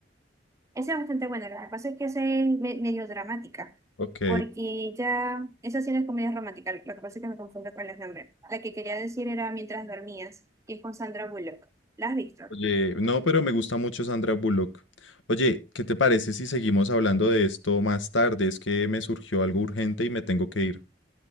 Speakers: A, on the right; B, on the left.
A: esa es bastante buena, lo que pasa es que esa es me- medio dramática,
B: Ok.
A: porque ya, esa sí no es comedia romántica, lo que pasa es que me confundo con los nombres. La que quería decir era Mientras dormías, que es con Sandra Bullock. ¿La has visto?
B: Oye, no, pero me gusta mucho Sandra Bullock. Oye, ¿qué te parece si seguimos hablando de esto más tarde? Es que me surgió algo urgente y me tengo que ir.